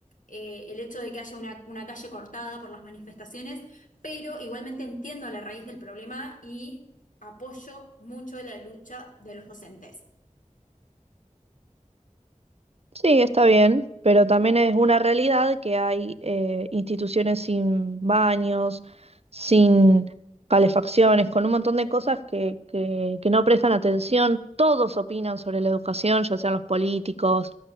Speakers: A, on the left (about 85°); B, on the right (about 50°).
A: eh, el hecho de que haya una, una calle cortada por las manifestaciones, pero igualmente entiendo la raíz del problema y apoyo mucho la lucha de los docentes.
B: Sí, está bien, pero también es una realidad que hay eh, instituciones sin baños, sin calefacciones, con un montón de cosas que, que, que no prestan atención. Todos opinan sobre la educación, ya sean los políticos,